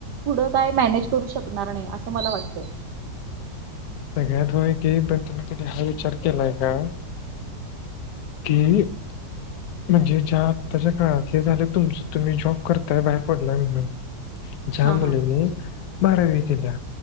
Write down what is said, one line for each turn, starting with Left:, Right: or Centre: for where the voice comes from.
Right: पुढं काय मॅनेज करू शकणार नाही असं मला वाटतंय.
Left: सगळ्यात होय की पण तुम्ही कधी हा विचार केलाय का. कि. म्हणजे ज्या आत्ताच्या काळातल झालं तुमच तुम्ही जॉब करताय बाहेर पडलाय म्हणून. ज्या
Right: हा
Left: मुलींनी
Right: हा
Left: बारावी केल्या,